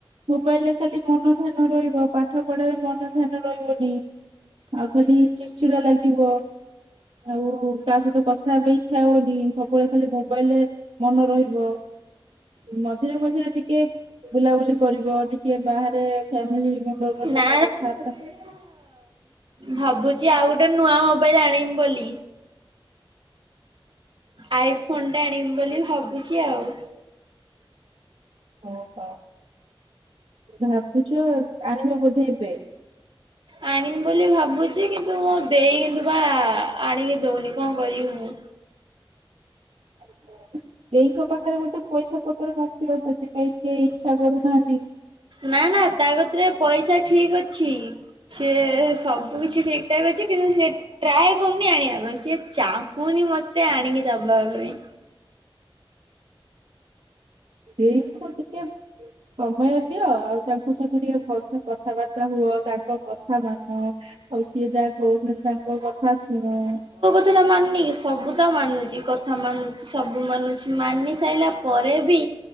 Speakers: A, on the right; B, on the right.
A: ମୋବାଇଲରେ ଖାଲି ମନ ଧ୍ୟାନ ରହିବ ପାଠ ପଢାରେ ମନ ଧ୍ୟାନ ରହିବନି ଆଉ ଖାଲି ଚିଡ଼ଚିଡ଼ା ଲାଗିବ। ଆଉ କା ସହିତ କଥା ହେବା ପାଇଁ ଇଚ୍ଛା ହଉନି ସବୁବେଳେ ଖାଲି ମୋବାଇଲିରେ ମନ ରହିବ। ମଝିରେ ମଝିରେ ଟିକେ ବୁଲାବୁଲି କରିବ ଟିକେ ବାହାରେ ଫ୍ୟାମିଲି ମେମ୍ବରଙ୍କ ସହିତ
B: ନା
A: କଥାବାର୍ତ୍ତା
B: ଭାବୁଚି ଆଉ ଗୋଟେ ନୂଆ ମୋବାଇଲ ଆଣିବି ବୋଲି। ଆଇଫୋନ୍ ଟେ ଆଣିବି ବୋଲି ଭାବୁଚି ଆଉ।
A: ଓହୋ। ଭାବିଛ ଆଣିବ ବୋଧେ ଏବେ।
B: ଆଣିିବି ବୋଲି ଭାବୁଛି କିନ୍ତୁ ମୋ ଦେଇ କିିନ୍ତୁ ବା ଆଣିକି ଦଉନି କଣ କରିବି ମୁଁ?
A: ହଁ ଦେଇଙ୍କ ପାଖରେ ବୋଧେ ପଇସା ପତ୍ର ନଥିବ ସେଥିପାଇଁ ସିଏ ଇଚ୍ଛା କରୁନାହାନ୍ତି।
B: ନା ନା ତା କତିରେ ପଇସା ଠିକ୍ ଅଛି। ସିଏ ସବୁ କିଛି ଠିକ୍ ଠାକ୍ ଅଛି କିନ୍ତୁ ସିଏ ଟ୍ରାଏ କରୁନି ଆଣିବା ପାଇଁ ସିଏ ଚାହୁଁନି ମତେ ଆଣିକି ଦବା ପାଇଁ।
A: ଦେଇତ ଟିକେ ସମୟ ଦିଅ ଆଉ ତାଙ୍କ ସହିତ ଟିକେ ଭଲସେ କଥାବାର୍ତ୍ତା ହୁଅ ତାଙ୍କ କଥା ମାନ ଆଉ ସିଏ ଯାହା କହୁଛନ୍ତି ତାଙ୍କ କଥା ଶୁଣ।
B: କଥା ମାନୁନି କି ସବୁ ତ ମାନୁଛି କଥା ମାନୁଛି ସବୁ ମାନୁଛି ମାନି ସାଇଲା ପରେ ବି